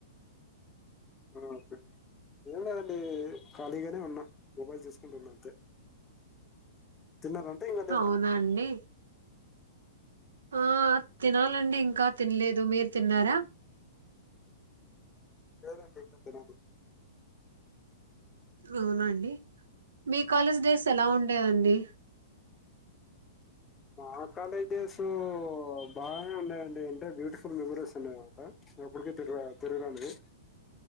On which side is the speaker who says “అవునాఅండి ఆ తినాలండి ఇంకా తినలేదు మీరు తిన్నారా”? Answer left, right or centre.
Right